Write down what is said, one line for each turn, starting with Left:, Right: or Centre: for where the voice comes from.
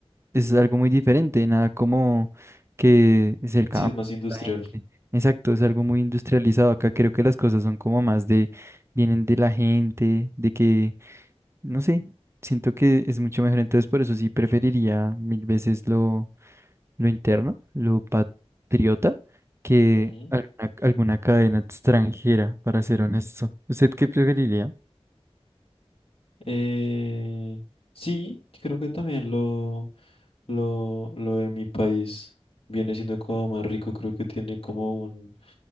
Right: es algo muy diferente, nada como que es el campo,
Left: Sí, es más industrial.
Right: la gente. Exacto, es algo muy industrializado. Acá creo que las cosas son como más de, vienen de la gente, de que no sé, siento que es mucho mejor, entonces por eso sí preferiría mil veces lo, lo interno, lo patriota, que
Left: Ujú.
Right: alguna, alguna cadena extranjera, para ser honesto. ¿Usted qué preferiría?
Left: Eh, sí, creo que también lo... Lo, lo de mi país viene siendo como más rico, creo que tiene como un,